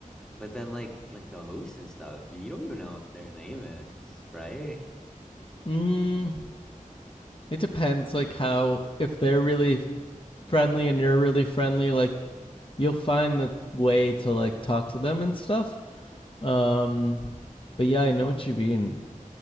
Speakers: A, in the centre; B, on the left (about 40°).
A: But then like like the hosts and stuff, you don't even know what their name is, right?
B: mm, it depends, like how if they're really friendly and you're really friendly, like you'll find the way to like talk to them and stuff. Um, but yeah, I know what you mean.